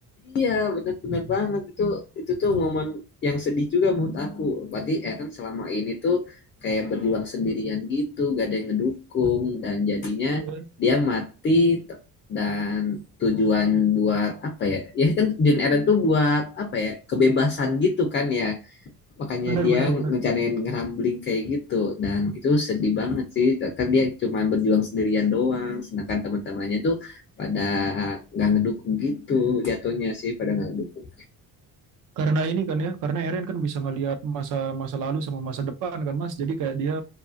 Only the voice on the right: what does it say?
Iya,
benar
benar benar.
Karena ini kan ya, karena Eren kan bisa ngelihat masa masa lalu sama masa depan kan Mas. Jadi kayak dia